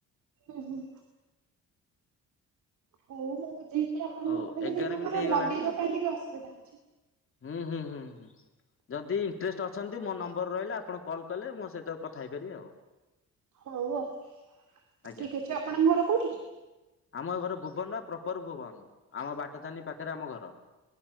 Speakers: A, on the right; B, on the left.
A: ହୁଁ ହୁଁ। ହଉ ମୁଁ ବୁଝିକି ଆପଣଙ୍କୁ
B: ହଉ
A: କହିବି
B: ଏଗାର
A: କିନ୍ତୁ
B: ମିନିଟ୍
A: ଆମର
B: ହେଇଗଲାଣି
A: ଲଗେଇବା ପାଇଁ ଟିକେ ଅସୁବିଧା ଅଛି।
B: ହୁଁ ହୁଁ ହୁଁ। ଯଦି ଇଣ୍ଟରେଷ୍ଟ ଅଛନ୍ତି ମୋ ନମ୍ବର ରହିଲା ଆପଣ କଲ୍ କଲେ ମୋ ସହିତ କଥା ହେଇପାରିବେ ଆଉ।
A: ହଉ ହଉ
B: ଆଜ୍ଞା।
A: ଠିକ ଅଛି ଆପଣଙ୍କ ଘର କୋଉଠି କି?
B: ଆମ ଘର ଭୁବନ ବା ପ୍ରପର ଭୁବନ ଆମ ବାଟଧାନୀ ପାଖରେ ଆମ ଘର।